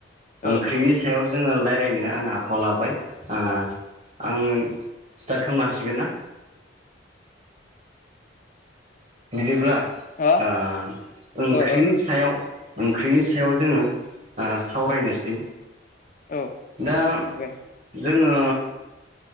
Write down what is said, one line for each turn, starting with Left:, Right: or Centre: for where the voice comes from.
Right: ओंख्रिनि
Left: ओ ओ
Right: सायाव जोङो लाइ रायलायनो आंङो आखायाव लाबाय ओ आं स्टार्ट खालामनो हासिगोन ना? बिदिब्ला
Left: हा
Right: ओ ओंख्रिनि
Left: ओ ओ
Right: सायाव ओंख्रिनि सायाव जोङो ओ सावरायनोसै।
Left: औ
Right: दा
Left: हागोन।
Right: जोङो